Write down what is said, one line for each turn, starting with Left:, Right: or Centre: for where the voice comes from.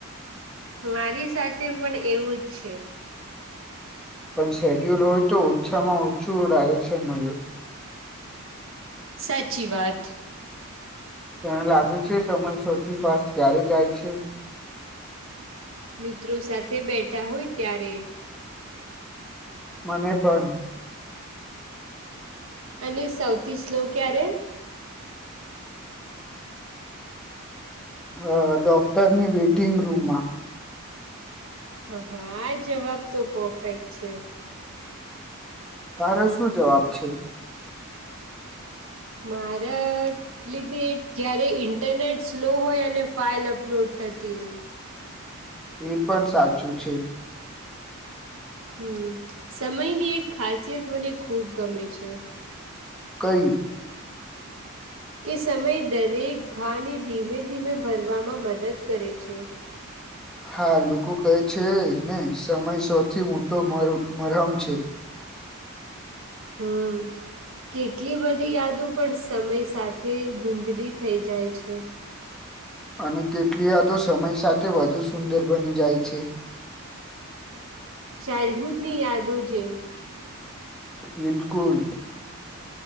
Right: મારી સાથે પણ એવું જ છે.
Centre: પણ શેડ્યુલ હોય તો ઓછામાં ઓછું ડાયરેક્શન મલે.
Right: સાચી વાત.
Centre: તને લાગે છે સમય સૌથી ફાસ્ટ ક્યારે જાય છે?
Right: મિત્રો સાથે બેઠા હોય ત્યારે.
Centre: મને પણ.
Right: અને સૌથી સ્લો ક્યારે?
Centre: અહ ડોક્ટરની વેટિંગ રૂમમાં.
Right: હા હા આ જવાબ તો પરફેક્ટ છે.
Centre: તારો શું જવાબ છે?
Right: મારે લીધે જયારે ઇન્ટરનેટ સ્લો હોય અને ફાઇલ અપલોડ થતી હોય.
Centre: એ પણ સાચું છે.
Right: હમ્મ, સમયની એક ખાસિયત મને ખુબ ગમે છે.
Centre: કઈ?
Right: કે સમય દરેક ઘા ને ધીમે ધીમે ભરવામાં મદદ કરે છે.
Centre: હા લોકો કહે છે ને સમય સૌથી મોટો મર મરહમ છે.
Right: હમમ. કેટલી બધી યાદો પણ સમય સાથે ધૂંધલી થઈ જાય છે.
Centre: અને કેટલી યાદો સમય સાથે વધુ સુંદર બની જાય છે.
Right: ચાઇલ્ડહુડ ની યાદો જેમ.
Centre: બિલકુલ.